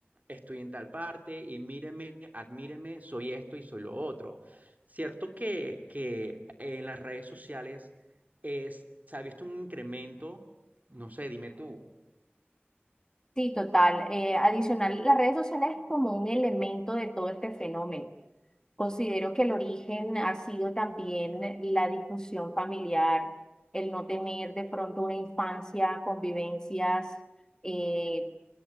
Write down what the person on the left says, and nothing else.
Sí, total. Eh, adicional, las redes sociales es como un elemento de todo este fenómeno. Considero que el origen ha sido también la disfunción familiar, el no tener de pronto una infancia, convivencias, eh,